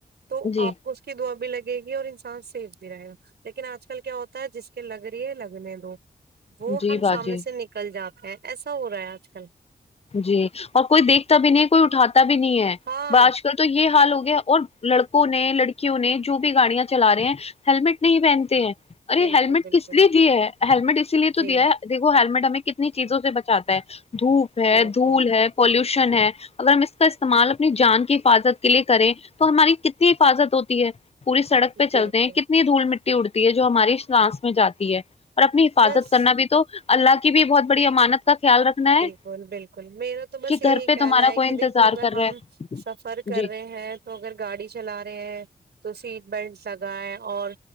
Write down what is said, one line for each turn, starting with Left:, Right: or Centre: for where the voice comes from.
Right: تو
Left: جی
Right: آپ کو اس کی دعا بھی لگے گی اور انسان سیف بھی رہے گا لیکن آج کل کیا ہوتا ہے جس کے لگ رہی ہے لگنے دو وہ
Left: جی
Right: ہم
Left: باجی
Right: سامنے سے نک کل جاتے ہیں ایسا ہو رہا ہے آج کل
Left: جی اور کوئی دیکھتا بھی نہیں ہے کوئی اٹھاتا بھی نہیں ہے
Right: ہاں
Left: بج آج کل تو یہ حال ہو گیا اور لڑکوں نے لڑکیوں نے جو بھی گاڑیاں چلا رہے ہیں ہیللمٹ نہیں پہنتے ہیں ارے
Right: بالکل
Left: ہیللمٹ
Right: بالکل
Left: کس لیے دیا ہے ہیللمٹ اسی لیے
Right: جی
Left: تو دیا ہے دیکھو ہیلمیٹ ہمیں کتنی چیزوں سے بچاتا ہے دھوپ ہے
Right: بالکل
Left: دھول ہے پولوشن ہے اگر ہم اس کا استعمال اپنی جان کی حفاظت کے لیے کریں تو ہماری کتنی حفاظت ہوتی ہے پوری سڑک پہ چلتے
Right: بالکل
Left: ہیں کتنی دھول مٹی اڑتی ہے جو ہماری سانس میں جاتی ہے اور اپنی حفاظت
Right: بس
Left: کرنا بھی تو اللہ کی بھی بہت بڑی امانت کا خیال رکھنا ہے
Right: بکل بالکل میرا تو بس
Left: کہ
Right: یہی
Left: گھر پہ
Right: کہنا
Left: تمہارا
Right: ہے
Left: کوئی
Right: کہ
Left: انتظار
Right: دیکھو اگر
Left: کر
Right: ہم
Left: رہا
Right: سفر
Left: ہے
Right: کر
Left: جی
Right: رہے ہیں تو اگر گاڑی چلا رہے ہیں تو سیٹ بیلٹ لگائے اور